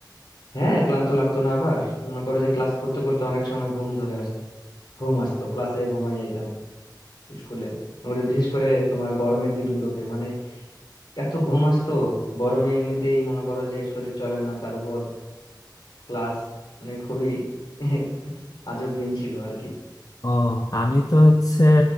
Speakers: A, on the left (about 75°); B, on the left (about 50°).
A: হ্যাঁ ক্লান্ত লাগতো না আবার মনে করো যে ক্লাস করতে করতে অনেক সময় ঘুম ধরে আসতো ঘুম আসতো ক্লাসে ঘুমাই যাইতাম স্কুলে ওরে বিশেষ করে তোমার গরমের দিনগুলোতে মানে এত ঘুম আসতো গরমে এমনিতেই মনে করো যে শরীর চলে না তার উপর ক্লাস মানে খুবই <laughs> আজব দিন ছিল আর কি
B: ও আমি তো হচ্ছে